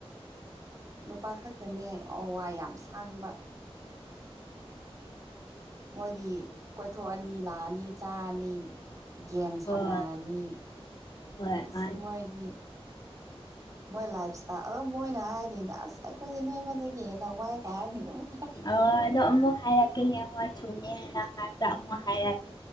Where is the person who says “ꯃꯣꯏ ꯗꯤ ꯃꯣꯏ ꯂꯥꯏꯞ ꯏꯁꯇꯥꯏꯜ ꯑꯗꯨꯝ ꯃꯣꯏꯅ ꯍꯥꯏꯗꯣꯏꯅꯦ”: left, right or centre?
Right